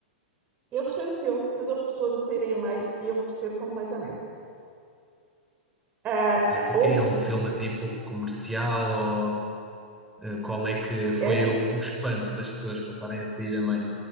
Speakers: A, on the right; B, in the centre.
A: Eu gostei do filme, mas houve pessoas a saírem a meio e eu percebo completamente. Ah,
B: E
A: ah,
B: porquê?
A: houve
B: É um filme assim pouco comercial Uh, Qual é que foi
A: É assim,
B: o, o espanto das pessoas para estarem a sair a meio?